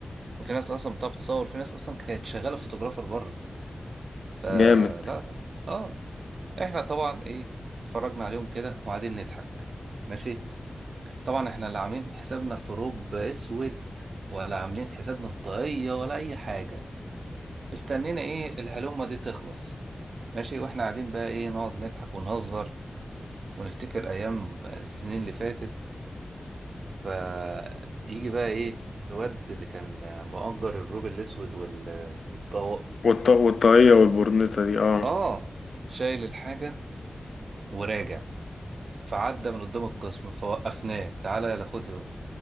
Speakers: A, on the right; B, on the left.
A: وفي ناس اصلا بتعرف تصور وفي ناس اصلا كانت شغاله فوتوغرافر بره فلا
B: جامد
A: لا. اه احنا طبعا ايه اتفرجنا عليهم كده وقاعدين نضحك ماشي طبعا احنا لا عاملين حسابنا في روب اسود ولا عاملين حسابنا في طاقيه ولا اي حاجه استنينا ايه الهلومه دي تخلص ماشي واحنا قاعدين بقى ايه نقعد نضحك ونهزر ونفتكر ايام السنين اللي فاتت فيجي بقى ايه الواد اللي كان مؤجر الروب الاسود وال- والطواقي
B: والط... والطاقية والبرنيطة دي اه
A: اه شايل الحاجة وراجع فعدى من قدام القسم فوقفناه تعالى يلا خد اهو